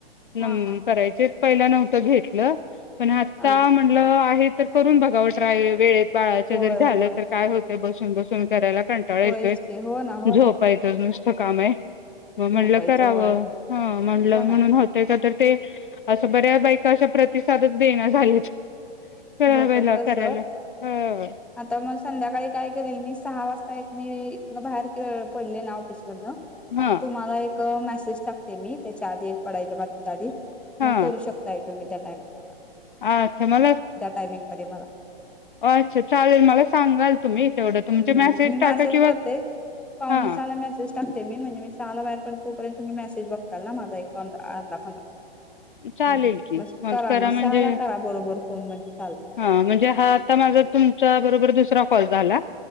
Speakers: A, on the left (about 55°); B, in the centre.
A: नम्म
B: हा हा
A: करायचेत पहिल नव्ह त घेतल पण आत्ता
B: हा
A: म्हंटल आहेत. त करून बघाव ट्राय वेळेत बाळाच्या
B: होय
A: जर झाल
B: होय
A: तर काय होत ते बसून बसून करायला कंटाळ
B: होयच
A: येतोय
B: की हो ना हो
A: झोपायच
B: ना
A: नुस त काम आहे. म म्हणलं
B: झोपायचं
A: करावं
B: होय
A: हं म्हणल
B: हो
A: म्हणून
B: ना
A: होतय का तर ते असं बऱ्याबै तशा प्रतिसादच देण झालेत.... करायला
B: होत तस
A: करायला ह
B: आता म संध्याकाळी काय करील मी सहा वाजता एक मी इथन बाहेर पडले ना ऑपिस <unintelligible>
A: हा
B: म तुम्हाला एक क मेसेज टाकते मी त्याच्या आधी एक पढायच्या पाच मिनट आधी.....
A: हा
B: मग करू शकताय तुम्ही त्या टाइमिंग
A: अच्छा मला....
B: टायमिंग मध्ये मला
A: अच्छा चालेल मला सांगाल तुम्ही तेवढं तुमचे
B: हम् हम्
A: मेसेज
B: मी
A: टाका किंवा
B: करते पावणे
A: हा
B: सहाला मेसेज टाकते मी म्हणजे मी सहाला बाहेर पडेल तो पर्यंत तुम्ही मॅसेज बघताल ना माझा एक- पंधरा अर्धा पंधरा
A: चालेल
B: हा
A: की
B: बस करा मग
A: म्हणजे
B: सहाला करा बरोबर..... फोन म्हणजे चालते
A: हा म्हणजे हा आता माझा तुमच्या बरोबर दुसरा कॉल झाला